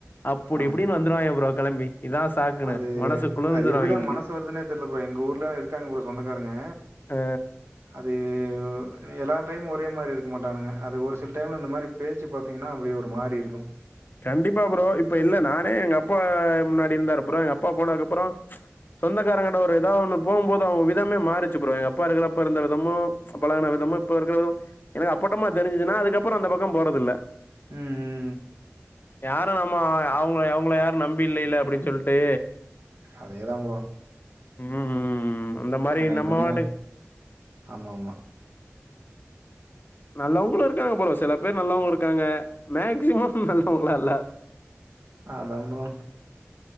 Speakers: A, on the left; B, on the right.
A: அப்படி
B: ஆமா
A: இப்படின்னு வந்துருவாய்ங்க ப்ரோ கெளம்பி இதா சாக்குன்னு
B: அது
A: மனசு குளிர்ந்துரு
B: அது எப்டிதா
A: அவிங்களுக்கு
B: மனசு வருதுன்னே தெர்ல ப்ரோ எங்க ஊர்லல்லா இருக்காங்க ப்ரோ சொந்தக்காரங்க
A: ஆ
B: அ து எல்லா டைம் ஒரே மாரி இருக்க மாட்டானுங்க அது ஒரு சில டைம்ல அந்த மாரி பேச்சு பாத்தீங்கன்னா அப்டி ஒரு மாரி இருக்கும்
A: கண்டிப்பா ப்ரோ இப்ப இல்ல நானே எங்க அப்பா முன்னாடி இருந்தாரு ப்ரோ எங்க அப்பா போனதுக்கு அப்புறம் சொந்தக்காரங்கிட்ட ஒரு ஏதா ஒண்ணு போம்போது அவங்க விதமே மாறிச்சு ப்ரோ எங்க அப்பா இருக்கரப்ப இருந்த விதமும் பழகன விதமும் இப்ப இருக்கற விதம் எனக்கு அப்பட்டமா தெரிஞ்சுச்சு நா அதுக்கப்பறம் அந்த பக்கம் போறதில்ல
B: ம் ம்
A: யாரும் நம்ம அவங்க அவங்கள யாரும் நம்பி இல்லல்ல அப்டின்னு சொல்லிட்டு
B: அதேதா ப்ரோ
A: ம் ம் அந்த மாரி
B: ஆனா
A: நம்ம
B: இவங்க
A: பாட்டுக்கு
B: ஆமாமா
A: நல்லவங்களும் இருக்காங்க ப்ரோ சில பேர் நல்லவங்களா இருக்காங்க மேக்சிமம் நல்லவங்களா இல்ல
B: ஆதா ப்ரோ